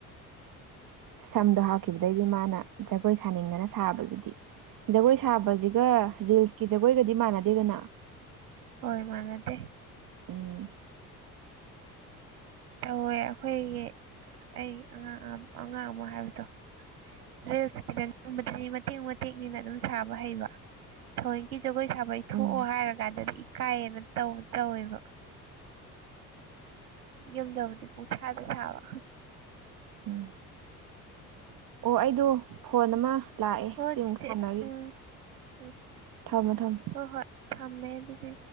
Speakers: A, on the right; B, on the right.
A: ꯁꯝꯗꯣ ꯍꯥꯞꯈꯤꯕꯗꯩꯗꯤ ꯃꯥꯅ ꯖꯒꯣꯏ ꯁꯥꯅꯤꯡꯗꯅ ꯁꯥꯕꯗꯨꯗꯤ ꯖꯒꯣꯏ ꯁꯥꯕꯁꯤꯒ ꯔꯤꯜꯁꯀꯤ ꯖꯒꯣꯏꯒꯗꯤ ꯃꯥꯟꯅꯗꯦꯗꯅ
B: ꯍꯣꯏ ꯃꯥꯅꯗꯦ
A: ꯎꯝ
B: ꯇꯧꯋꯦ ꯑꯩꯈꯣꯏꯒꯤ ꯑꯩ ꯑꯉꯥꯡ ꯑꯉꯥꯡ ꯑꯃ ꯍꯥꯏꯕꯗꯣ ꯔꯤꯜꯁꯀꯤꯗ ꯅꯝꯕꯗꯗꯤ ꯃꯇꯦꯛ ꯃꯇꯦꯛꯅꯤꯅ ꯑꯗꯨꯝ ꯁꯥꯕ ꯍꯩꯕ ꯊꯣꯏꯒꯤ ꯖꯒꯣꯏ ꯁꯥꯕꯩ ꯏꯊꯣꯛꯑꯣ
A: ꯎꯝ
B: ꯍꯥꯏꯔ ꯀꯥꯟꯗꯗꯤ ꯏꯀꯥꯏꯌꯦꯅ ꯇꯧꯕ ꯇꯧꯋꯦꯕ ꯌꯨꯝꯗꯕꯨꯗꯤ ꯄꯨꯁꯥꯗ ꯁꯥꯕ
A: ꯎꯝ ꯑꯣ ꯑꯩꯗꯣ ꯐꯣꯟ ꯑꯃ ꯂꯥꯛꯑꯦ
B: ꯍꯣꯏ
A: ꯁꯤꯃꯨꯛ
B: ꯆꯤꯆꯦ
A: ꯁꯥꯟꯅꯈꯤ
B: ꯎꯝ ꯎꯝ
A: ꯊꯝꯃꯣ ꯊꯝꯃꯣ
B: ꯍꯣꯏ ꯍꯣꯏ ꯊꯝꯃꯦ ꯑꯗꯨꯗꯤ